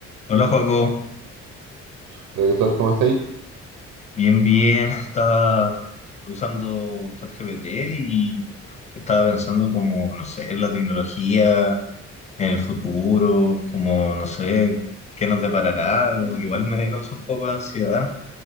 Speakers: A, on the left; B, on the right.
A: Hola, Joaco.
B: Hola, ¿qué tal? ¿Cómo estáis?
A: Bien, bien. Estaba usando ChatGPT y estaba pensando como, no sé, en la tecnología, en el futuro, como, no sé, qué nos deparará. Como que igual me causa un poco de ansiedad.